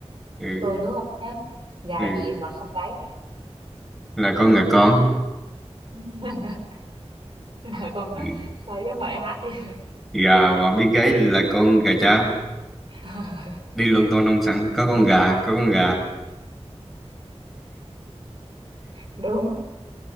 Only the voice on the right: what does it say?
tôi đúng không nhá gà
gì mà không gáy
<laughs> là con
sao giống bài hát vậy
<laughs>
đúng